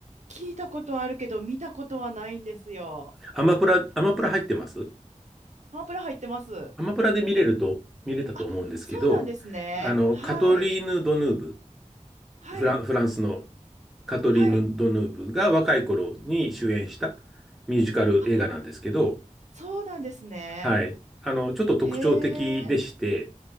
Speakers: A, on the right; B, in the centre.
A: 聞いたことはあるけど、見たことはないんですよ。
B: アマプラ、アマプラ入ってます
A: ハンプラ入ってます。
B: アマプラで見れると、見れたと思うんですけど、
A: あ、そうなんですね。
B: あの、
A: はい、
B: カトリーヌ・ドヌーブ、
A: はい、
B: フラン、フランスのカトリーヌ・
A: はい。
B: ドヌーブが若い頃に主演したミュージカル映画なんですけど、
A: あ、そうなんですね。
B: はい。あの、ちょっと特徴的でして、
A: へえ、